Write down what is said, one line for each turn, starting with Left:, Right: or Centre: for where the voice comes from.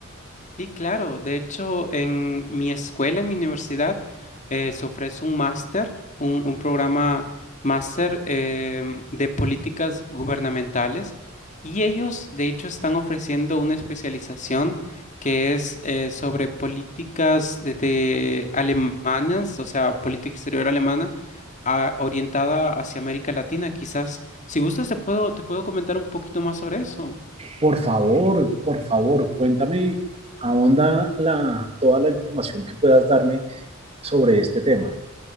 Left: Sí, claro. De hecho, en mi escuela, en mi universidad, eh, se ofrece un máster, un, un programa máster em, de políticas gubernamentales y ellos, de hecho, están ofreciendo una especialización que es eh, sobre políticas de, de alemanas, o sea, política exterior alemana a- orientada hacia América Latina. Quizás, si gustas, te puedo, te puedo comentar un poquito más sobre eso.
Right: Por favor, por favor, cuéntame, ahonda la, toda la información que puedas darme sobre este tema.